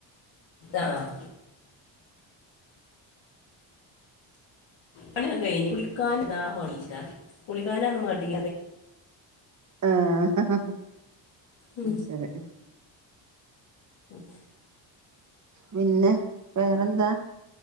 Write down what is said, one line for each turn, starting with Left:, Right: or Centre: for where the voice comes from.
Left: ആഹ് പണിയൊക്കെ കഴിഞ്. കുളിക്കാൻതാ മട്ച്ട്ടാ കുളിക്കാനാന്ന് മടി
Right: ആഹ് അത്
Left: മം
Right: ശരി
Left: ഓഫെ <unintelligible>
Right: പിന്നെ വേറെന്താ